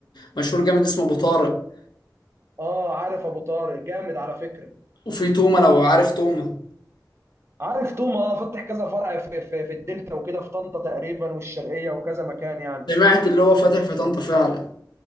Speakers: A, on the left (about 85°); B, on the right (about 40°).
A: مشهور جامد اسمه ابو طارق
B: اه عارف ابو طارق جامد على فكره
A: وفي تومه لو عارف تومه
B: عارف توما اه فتح كذا فرع في في, في الدلتا وكده في طنطا تقريبا والشرقيه وكذا مكان يعني
A: سمعت اللي هو فاتح في طنطا فعلا